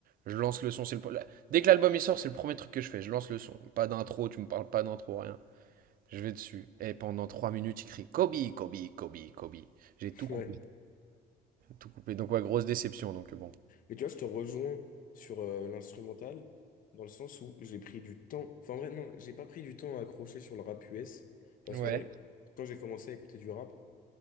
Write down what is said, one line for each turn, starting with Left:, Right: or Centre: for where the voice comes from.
Right: Je lance le son, c'est le... pre- la- Dès que l'album il sort, c'est le premier truc que je fais. Je lance le son. Pas d'intro, tu me parles pas d'intro, rien. Je vais dessus. Et pendant 3 minutes, il crie Kobe, Kobe, Kobe, Kobe. J'ai
Left: <laughs>
Right: tout coupé.
Left: ouais.
Right: Tout coupé. Donc ouais, grosse déception. Donc bon.
Left: Mais tu vois, je te rejoins sur euh, l'instrumental, dans le sens où j'ai pris du temps. Enfin, en vrai, non, j'ai pas pris du temps à accrocher sur le rap US, parce
Right: Ouais,
Left: qu'en vrai, quand j'ai commencé à écouter du rap,